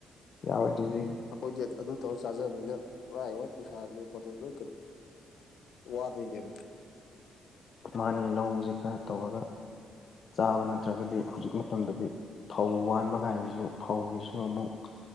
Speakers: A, on the left; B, on the left.
A: ꯌꯥꯔ‌ꯣꯏ ꯗ‌ꯣꯏꯅ‌ꯦ
B: ꯑꯈꯣꯏꯗꯤ ꯑꯗ ꯑꯗꯨ ꯇꯧꯔ ꯆꯥꯖꯝꯅꯤꯅ ꯄꯨꯔꯥꯏ ꯋꯥꯠ ꯄꯩꯁꯥꯗꯩ ꯀ‌ꯣꯇꯩ ꯂꯣꯏ ꯀꯟ ꯋꯥꯗ‌ꯣꯏ ꯅ‌ꯦꯕꯥ
A: ꯃꯥꯅ‌ꯦ ꯂꯧꯖ‌ꯦ ꯈꯔ ꯇꯧꯔꯒ ꯆꯥꯕ ꯅꯠꯇ꯭ꯔꯒꯗꯤ ꯍꯧꯖꯤꯛ ꯃꯇꯝꯗꯗꯤ ꯐꯧ ꯋꯥꯟꯕ ꯀꯥꯏꯖꯤꯖꯨ ꯐꯧꯒꯤꯁꯨ ꯑꯃꯨꯛ